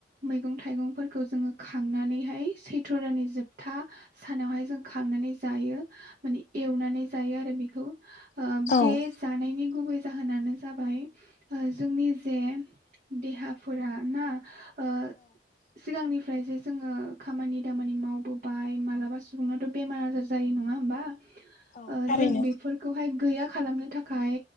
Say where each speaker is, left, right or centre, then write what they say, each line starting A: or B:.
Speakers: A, on the right; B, on the left.
A: मैगं थाइगंफोरखौ जोङो खांनानैहाय सैथ्र' दाननि जोबथा सानावहाय जों खांनानै जायो माने एवनानै जायो आरो बेखौ ओ
B: औ
A: बे जानायनि गुबै जाहोनानो जाबाय ओ जोंनि जे देहाफोरा ना ओ सिगांनिफ्राय जे जोङो खामानि दामानि मावबोबाय मालाबा सुबुंनावथ' बेमार आजार जायो नङा होमबा?
B: औ
A: ओ
B: थारैनो
A: जों बेफोरखौहाय गैया खालामनो थाखाय